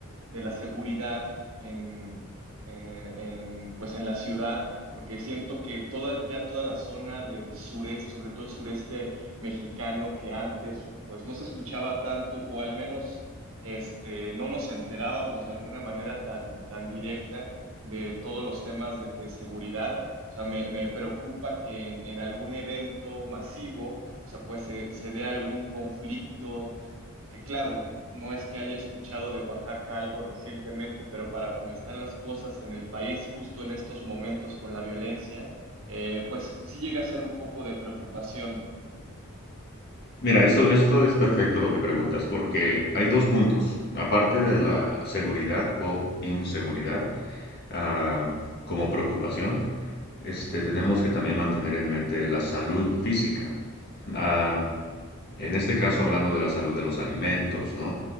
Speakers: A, on the right; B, on the left.
A: de la seguridad en, eh, en, pues en la ciudad, porque siento que toda, ya toda la zona del sureste, sobre todo el sureste mexicano, que antes pues no se escuchaba tanto, o al menos este, no nos enterábamos de alguna manera tan, tan directa de todos los temas de, de seguridad. O sea, me, me preocupa que en, en algún evento masivo, o sea, pues se, se dé algún conflicto, que claro, no es que haya escuchado de Oaxaca algo recientemente, pero para cómo están las cosas en el país justo en estos momentos con la violencia, eh, pues sí llega a ser un poco de preocupación.
B: Mira, esto, esto es perfecto lo que preguntas, porque hay dos puntos. Aparte de la seguridad o inseguridad, ah, como preocupación, este, tenemos que también mantener en mente la salud física. Am, en este caso, hablando de la salud de los alimentos, ¿no?